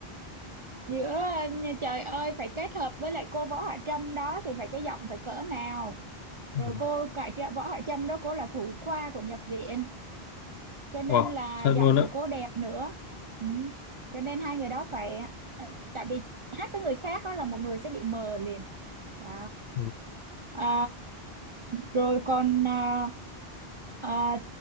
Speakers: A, on the right; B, on the left.
A: giữa nhà trời ơi phải kết hợp với lại cô Võ Hạ Trâm đó thì phải cái giọng phải cỡ nào rồi
B: Ừ.
A: cô cả chị Võ Hạ Trâm đó cô là thủ khoa của nhập viện cho nên
B: wow
A: là
B: thật
A: giọng
B: luôn á
A: của cô đẹp nữa ừ. cho nên hai người đó phải ờ, tại vì hát với người khác đó là một người sẽ bị mờ liền đó
B: Ừ.
A: À, rồi còn à, à,